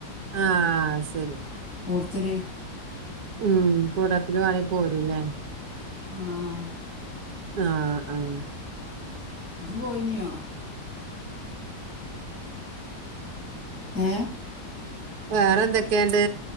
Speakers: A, on the right (about 60°); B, on the left (about 60°).
A: ആ സരി.
B: കൊടുത്തരെ
A: ഉം കൂടത്തില് വാങ്ങി പോരുല്ലേ,
B: ആഹ്
A: ആഹ് ആഹ്
B: ജ് പോയിന്യോ ഏ
A: വേറെ എന്തൊക്കെയാണ്ട്